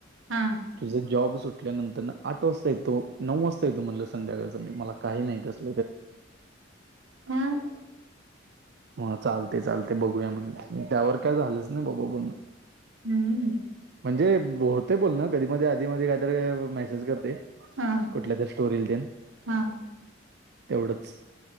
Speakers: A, on the right; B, on the right.
A: हा
B: तुझ जॉब सुटल्यानंतर आठ वाजता येतो नऊ वाजता येतो म्हटलं संध्याकाळ मी मला काही नाही अस
A: हम्म
B: ह चालते चालते ते बघूया म्हण त्यावर काय झालंच नाही बाबा बोलण
A: हम्म
B: म्हणजे होते बोल ना कधी मध्ये आधी मध्ये काहीतरी मेसेज करते
A: हा
B: कुठल्या तर स्टोरीला देन
A: हा
B: तेवढंच